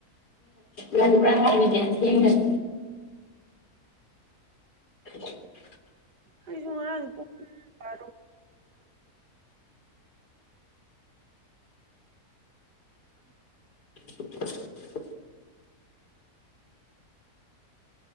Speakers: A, on the left (about 90°); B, on the right (about 80°).
A: ꯂꯕ꯭ꯔꯥ ꯍꯥꯏꯕꯗꯅ ꯊꯦꯡꯉꯁ <inaudible>
B: ꯑꯩꯁꯨꯉꯔ ꯇꯥꯔ ꯎ
A: <inaudible>